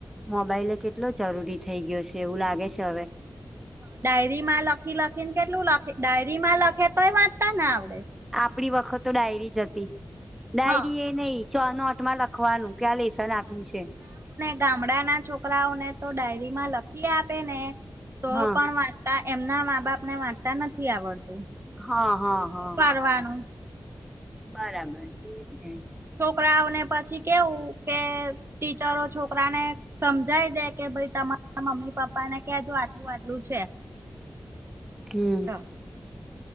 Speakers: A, in the centre; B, on the right (about 30°).
A: મોબાઈલ એ કેટલો જરૂરી થઈ ગયો છે એવું લાગે છે હવે.
B: ડાયરી માં લખી લખીને કેટલું લખે ડાયરી માં લખે તોએ વાંચતા ને આવડે.
A: આપડી વખત તો ડાયરી જ હતી, ડાયરી
B: હા
A: એ નહઈ છ નોટમાં લખવાનું. ક્યાં લેશન આપ્યું છે.
B: ગામડા ના છોકરાઓને તો ડાયરીમાં લખી આપે ને તો
A: હા
B: પણ વા તા એમના મા બાપ ને વાંચતા નથી આવડતું.
A: હા હા
B: તો
A: હા
B: શું કરવાનું
A: બરાબર છે એજને.
B: છોકરાઓને પછી કેવું કે ટીચરો છોકરાને. સમજાઈ દે કે ભાઈ તમારા મમ્મી પપ્પાને કેજો આટલું આટલું છે.
A: હમ્મ
B: જો